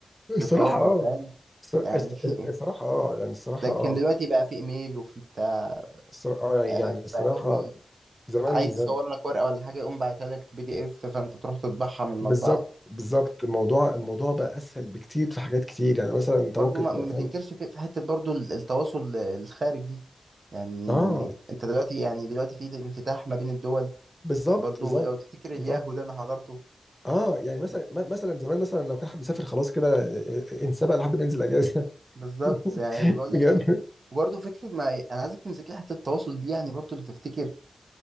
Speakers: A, in the centre; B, on the right (about 65°).
A: الصراحة
B: للطوابره
A: اه
B: فاهم
A: الصرا-
B: يعني
A: الص-
B: <laughs>
A: الصراحة اه يعني الصراحة
B: لكن
A: اه
B: دلوقتي بقى في ايميل وفي بتاع
A: الصرا- اه يعني
B: بقى,
A: يعني الصراحة
B: بقى
A: زمان
B: عايز
A: ز-
B: يصور لك ورقه ولا حاجه يقوم باعتها لك بي دي اف فانت تروح تطبعها من المطبعه
A: بالظبط بالظبط الموضوع الموضوع بقى اسهل بكتير في حاجات كتير يعني مثلا انت
B: برضو
A: ممكن
B: ما,
A: تبقى
B: ما
A: فاهم
B: تنكرش في, في حتة برضو ال- التواصل ال- الخارج دي يعني
A: اه
B: انت دلوقتي يعني دلوقتي في انفتاح ما بين الدول
A: بالظبط
B: برضو
A: بالظبط
B: لو تفتكر الياهو
A: بالظبط
B: ده انا حضرته
A: اه يعني مثلا م- مثلا زمان مثلا لو كان حد سافر خلاص كده ا- ا- انسبق لحد ما ينزل اجازة
B: بالظبط
A: <laughs>
B: يعني بقول
A: بجد
B: لك وبرضه فكرة ما أنا عايزك تمسك لي حتة التواصل دي يعني برضه اللي تفتكر